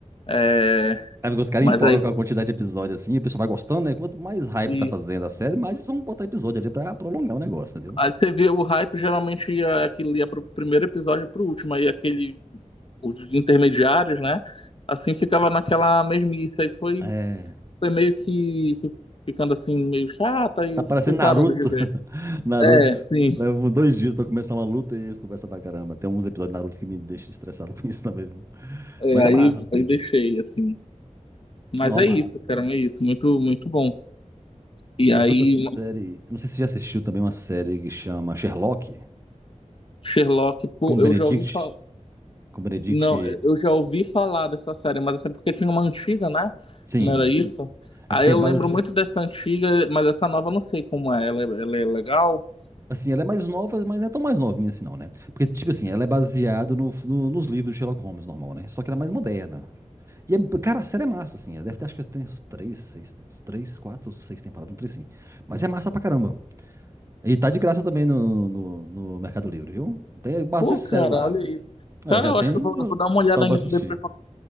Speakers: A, on the left; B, on the right.
A: É...
B: É porque os caras
A: Mas
B: empolgam
A: aí.
B: com a quantidade de episódios assim, o pessoal vai gostando, né? Quanto mais hype
A: Isso.
B: tá fazendo a série, mais eles vão botar episódio ali pra prolongar o negócio, entendeu?
A: Aí você vê o hype, geralmente ia, aquele, ia pro primeiro episódio e pro último. Aí aquele os intermediários, né? Assim ficava naquela mesmice. Aí foi,
B: É.
A: foi meio que fi- ficando assim, meio chata, e
B: Tá
A: eu
B: parecendo
A: fui parando
B: Naruto.
A: de ver.
B: <laughs> Naruto.
A: É, sim.
B: Levam dois dias pra começar uma luta e eles conversam pra caramba. Tem uns episódios de Naruto que me deixam estressado <laughs> com isso também, viu?
A: É,
B: Mas
A: aí,
B: é massa, assim.
A: aí deixei, assim. Mas
B: Não,
A: é
B: é massa,
A: isso, cara,
B: cara.
A: é isso. Muito, muito bom. E
B: Porque
A: aí,
B: vi outra série. Eu Não sei se você já assistiu também uma série que chama Sherlock,
A: Sherlock, pô,
B: com Benedict.
A: eu já ouvi falar.
B: Com Benedict.
A: Não, eu já ouvi falar dessa série, mas essa é porque tinha uma antiga, né?
B: Sim.
A: Não era isso? Aí
B: É porque
A: eu
B: é base.
A: lembro muito dessa antiga, mas essa nova eu não sei como é. Ela, é- ela é legal?
B: Assim, ela é mais nova, mas não é tão mais novinha assim, não, né? Porque, tipo assim, ela é baseada no, no- nos livros de Sherlock Holmes normal, né? Só que ela é mais moderna. E, é, cara, a série é massa, assim. Ela deve ter, acho que tem uns três, seis, três, quatro, seis temporadas, um três, sim. Mas é massa pra caramba. E tá de graça também no, no, no Mercado Livre, viu? Tem bastante
A: Pô, cara,
B: série lá,
A: olha
B: velho.
A: aí.
B: Aí,
A: Cara,
B: eu já
A: eu
B: tenho
A: acho que eu vou, vou
B: opção
A: dar uma olhada
B: pra
A: nisso
B: assistir.
A: depois. porque